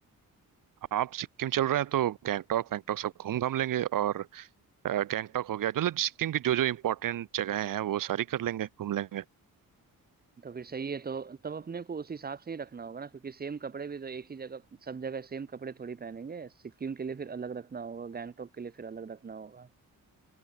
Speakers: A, on the right; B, on the right.
A: आप सिक्किम चल रहे हैं तो गैंगटॉक वैंगटॉक सब घूम घाम लेंगे और अ, गैंगटॉक हो गया मतलब सिक्किम की जो जो इम्पोर्टेंट जगहें हैं वो सारी कर लेंगे घूम लेंगे
B: तो फिर सही है तो तब अपने को उस हिसाब से ही रखना होगा ना क्योंकि सेम कपड़े भी तो एक ही जगह सब जगह सेम कपड़े थोड़ी पहनेंगे सिक्किम के लिए फिर अलग रखना होगा गैंगटोक के लिए फिर अलग रखना होगा